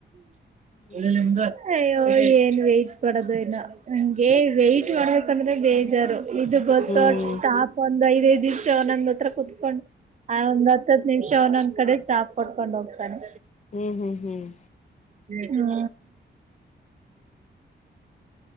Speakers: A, on the right (about 40°); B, on the left (about 40°).
A: ಹ್ಮ
B: ಹ್ಮ್
A: ಏನ್ ವೈ್ಟ್ ಮಾಡೋದು ಇನ್ನ ನಂಗೆ ವೈ್ಟ್ ಮಾಡ ಅಂದ್ರೆ ಬೇಜಾರು. ಇದು ಬಸ್
B: ಹ್ಮ್
A: ಸ್ಟಾಪ್ ಒಂದ ಐದ್ಯದ. ಅವನೊಂದ್ ಹತ್ರ ಕುೂತ್ಕೊಂಡ್ ಆ ಒಂದ್ ಹತ್ತ್ ನಿಮ್ಷ ಅವನೊಂದ್ ಕಡೆ ಸ್ಟಾಪ್ ಕೊಟ್ಕೊಂಡ್ ಹೋಗ್ತಾನೆ
B: ಹ್ಮ್ ಹ್ಮ್ ಹ್ಮ್
A: ಹ್ಮ.